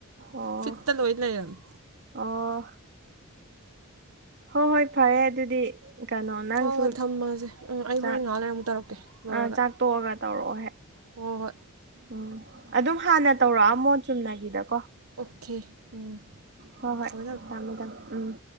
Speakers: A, on the right; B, on the right.
A: ꯑꯣ
B: ꯐꯤꯠꯇ ꯂꯣꯏ ꯂꯩꯔꯝꯃꯤ
A: ꯑꯣ ꯍꯣꯏ ꯍꯣꯏ ꯐꯔꯦ ꯑꯗꯨꯗꯤ ꯀꯩꯅꯣ ꯅꯪꯁꯨ
B: ꯍꯣꯏ ꯍꯣꯏ ꯊꯝꯃꯁꯦ ꯎꯝ ꯑꯩ
A: ꯆꯥꯛ
B: ꯍꯣꯔꯦꯟ ꯅꯍꯥꯥꯟ ꯂꯩꯔ ꯑꯃꯨꯛ ꯇꯧꯔꯛꯀꯦ ꯂꯣꯏꯔꯒ
A: ꯑꯥ ꯆꯥꯛ ꯇꯣꯛꯑꯒ ꯇꯧꯔꯛꯑꯣꯍꯦ
B: ꯍꯣꯏ ꯍꯣꯏ
A: ꯎꯝ ꯑꯗꯨꯝ ꯍꯥꯟꯅ ꯇꯧꯔꯛꯑꯃꯣ ꯆꯨꯝꯅꯒꯤꯗꯀꯣ
B: ꯑꯣꯀꯦ ꯎꯝ
A: ꯍꯣꯏ ꯍꯣꯏ
B: ꯊꯃꯦ ꯊꯝꯣ
A: ꯊꯝꯃꯦ ꯊꯝꯃꯦ ꯎꯝ